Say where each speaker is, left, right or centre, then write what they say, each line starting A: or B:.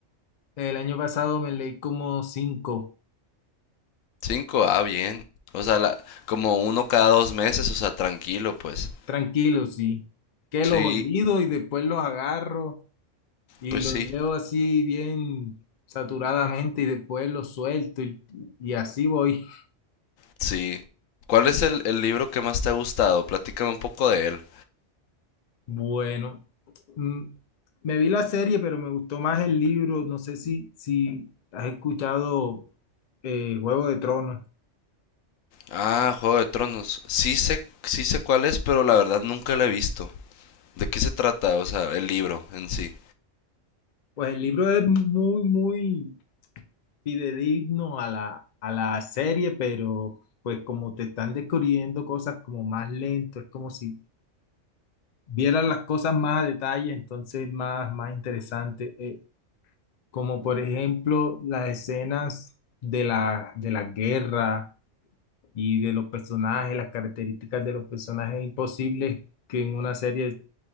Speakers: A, on the left; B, on the left.
A: El año pasado me leí como cinco,
B: Cinco, ah, bien. O sea, la- como uno cada dos meses, o sea, tranquilo, pues.
A: tranquilo, sí. Que
B: Sí,
A: los olvido y después los agarro y
B: pues
A: los
B: sí.
A: leo así bien saturadamente y después los suelto y, y así voy.
B: Sí. ¿Cuál es el, el libro que más te ha gustado? Platícame un poco de él.
A: Bueno, mm, me vi la serie, pero me gustó más el libro. No sé si, si has escuchado eh, Juego de Tronos.
B: Ah, Juego de Tronos. Sí sé, sí sé cuál es, pero la verdad nunca lo he visto. ¿De qué se trata? O sea, el libro en sí.
A: Pues el libro es muy, muy fidedigno a la, a la serie, pero pues como te están descubriendo cosas como más lento, es como si vieras las cosas más a detalle, entonces más, más interesante. Eh, como por ejemplo las escenas de la, de la guerra y de los personajes, las características de los personajes imposibles que en una serie